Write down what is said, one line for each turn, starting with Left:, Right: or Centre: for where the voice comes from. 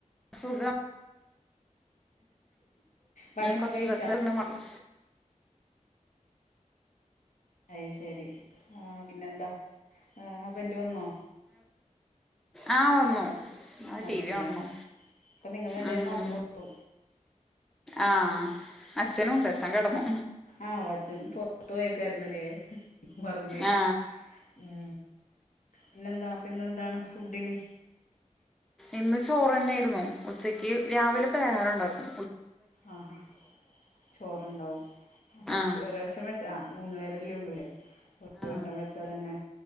Centre: സുഖം
Left: ഭക്ഷണൊക്കെ
Centre: കൊറച്ച്
Left: കഴിച്ചാ
Centre: ഡ്രസ്സളിണ്ട് <unintelligible>
Left: അയ്ശരി ആഹ് പിന്നെന്താ ഹസ്ബന്റ് വന്നോ
Centre: ആഹ് വന്നു ആ
Left: അതെല്ലേ
Centre: ടി വി കാണ് ണു
Left: അപ്പൊ നിങ്ങൾ രണ്ടുപേരും
Centre: ഉം
Left: മാത്രേ ഉള്ളൂ
Centre: ആഹ് അച്ഛനുണ്ട് അച്ഛൻ കിടന്നു
Left: ആഹ് അച്ചൻ പൊറത്തു പോയേക്കുവായിരുന്നല്ലേ മറന്നു പോയി
Centre: ആ
Left: ഉം പിന്നെന്താണ് പിന്നെന്താണ് ഫുഡിന്
Centre: ഇന്ന് ചോറ് തന്നൊയിരുന്നു ഉച്ചക്ക് രാവിലെ പലഹാരം ഒണ്ടാക്കും
Left: ആഹാ ചോറുണ്ടാവും അപ്പൊ
Centre: ആ
Left: ഒരുറാശ്യം വെ ച്ചാ മൂന്ന് പേരെല്ലേ ഉള്ളൂല്ലേ ഒരു
Centre: ആ
Left: വട്ടം വെച്ചാ തന്നെ